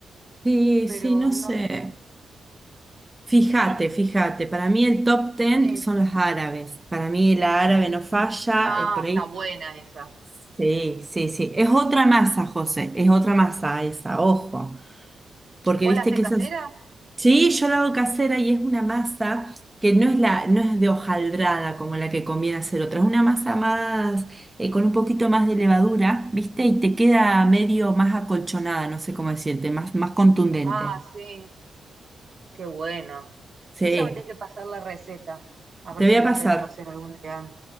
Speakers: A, on the right; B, on the right.
A: sí,
B: pero
A: sí, no
B: no
A: sé.
B: sé.
A: Fíjate,
B: Y,
A: fíjate, para mí el top ten
B: eh,
A: son los árabes. Para mí la árabe no falla,
B: ah,
A: eh, por ahí.
B: está buena esa.
A: Sí, sí, sí. Es otra masa, José, es otra masa esa, ojo. Porque
B: ¿Vos
A: viste
B: la haces
A: que
B: casera?
A: esas. Sí, yo la hago casera y es una masa que no es la, no es de hojaldrada como la que conviene hacer otra. Es una masa más, eh, con un poquito más de levadura, ¿viste? Y te queda medio más acolchonada, no sé cómo decirte, más, más contundente.
B: Ah, sí, qué bueno.
A: Sí,
B: Esa me tiene que pasar la receta. A ver
A: te voy
B: si
A: a
B: la
A: pasar.
B: intento hacer algún día.